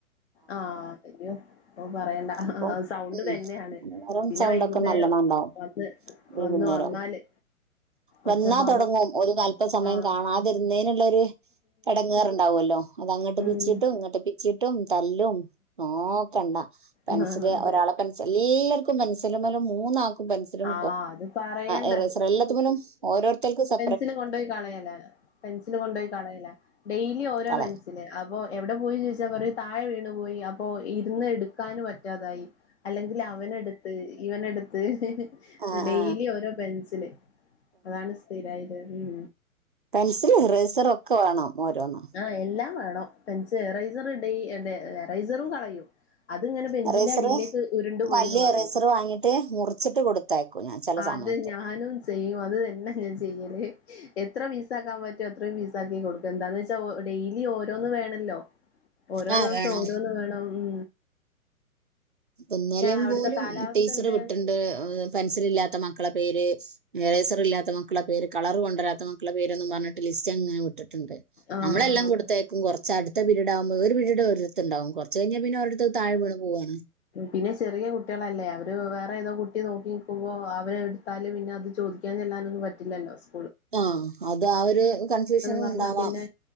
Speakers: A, on the left; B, on the right.
A: ആഹ് അയ്യോ അ പറയണ്ട
B: അപ്പം
A: ആ സൗണ്ട്
B: ഉം
A: തന്നെയാണ്
B: അന്നേരം
A: പിന്നെ
B: സൗണ്ടൊക്കെ
A: വൈകുന്നേരം
B: നല്ലോണം ഉണ്ടാവും
A: വന്ന്
B: വൈകുന്നേരം
A: വന്ന് വന്നാല്
B: വന്നാ
A: ഒച്ചപ്പാടും
B: തുടങ്ങും ഒരു തല്പസമയം
A: ആഹ്
B: കാണാതിരുന്നേനുള്ളൊരു എടങ്ങേറുണ്ടാവല്ലോ അത് അങ്ങട്ട്
A: ഉം
B: പിച്ചിട്ടും ഇങ്ങട്ട് പി ച്ചിട്ടും തല്ലും നോക്കണ്ട പെൻസില്
A: ഉം ആഹ്
B: ഒരാളെ പെൻസൽ എല്ലാർക്കും പെൻസിലുമ്മേല് മൂന്നാക്കും പെൻസിലും
A: ആഹ് അത് പറയണ്ട
B: എറേസറും എല്ലാത്തിക്കനും ഓരോരുത്തർക്കും സ
A: സിൽ കൊണ്ടോയി കളയലാ പെൻസിൽ കൊണ്ടോയി കളയലാ ഡെയിലി ഓരോ
B: കളയും
A: പെൻസിൽ അ അപ്പൊ എവിടെ പോയി ചോദിച്ചാ പറയും താഴെ വീണു പോയി അപ്പൊ ഇരുന്ന് എടുക്കാനും പറ്റാതായി അല്ലെങ്കിലവനെടുത്ത് ഇവനെടുത്ത് ഹ്ഹ്
B: ആ
A: ഡെയിലി
B: ആ
A: ഓരോ പെൻസില് അതാണ് സ്ഥിരായത് ഉം
B: പെൻസില് ഇറേസറൊക്കെ വേണം ഓരോന്ന്
A: ആഹ് എല്ലാം വേണം പെൻസിൽ എറൈസർ ഡെയ്-ഡെ എറൈസറും കളയും അത്ങ്ങനെ ബെഞ്ചിന്റെ
B: ഇറേസർ
A: അടിയിലേക്ക് ഉരുണ്ട് പോയീന്ന്
B: വലിയ
A: പറയും
B: ഇറേസർ വാങ്ങിയിട്ട് മുറിച്ചിട്ട് കൊടുത്തയക്കും ഞാൻ ചില
A: അത്
B: സമയത്ത്
A: ഞാനും ചെയ്യും അത് തന്നെ ഞാൻ ചെയ്യല് എത്ര പീസ ആക്കാൻ പ റ്റത്രയും പീസാക്കി കൊടുക്കും എന്താന്ന് വെച്ചാ ഒ ഡെലി ഓരോന്നന്ന് വേണല്ലോ ഓരോ
B: ആ
A: ദിവസം
B: വേണം
A: ഓരോന്ന് വേണം ഉ
B: ഇന്നെലെ
A: അവിടുത്തെ
B: പോലും
A: കാലാവസ്ഥ
B: ടീച്ചർ
A: എന്തെയാ
B: വിട്ടിണ്ട് ഉം പെൻസിൽ ഇല്ലാത്ത മക്കളെ പേര് ഇറേസർ ഇല്ലാത്ത മക്കളുടെ പേര് കളർ കൊണ്ടുവരാത്ത മക്കളുടെ പേരൊന്നും പറഞ്ഞിട്ടില്ല സ്റ്റങ്ങനെ വിട്ട്ട്ട്ണ്ട്
A: ആഹ്
B: നമ്മളെല്ലാം കൊടുത്തയക്കും കൊറച്ച് അടുത്ത പിരീട് ആവുമ്പോ ഒരു പിരീടോരെട്ത്തുണ്ടാവും കൊറ ച്ചയ്ഞ്ഞ പിന്നോരെട്ത്ത് അത് താഴെ വീണ് പോവാണ്
A: പിന്നെ ചെറിയ കുട്ട്യേളല്ലേ അവര് വേറെ ഏതോ കുട്ടി ന്നോക്കിന്നിക്കുമ്പോ അവര് എടുത്താല് പിന്നെ അത് ചോദിക്കാ ചെല്ലാനൊന്നും പറ്റില്ലല്ലോ സ്
B: ആ അത് ആ ഒരു കൺഫ്യൂസനും
A: പറഞ്ഞാ
B: ഉണ്ടാവാം
A: പിന്നെ